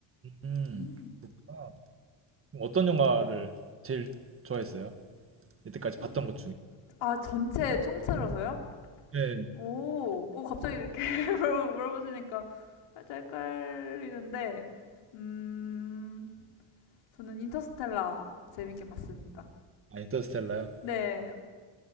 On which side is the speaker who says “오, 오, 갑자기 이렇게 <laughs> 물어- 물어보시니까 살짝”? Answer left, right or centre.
Left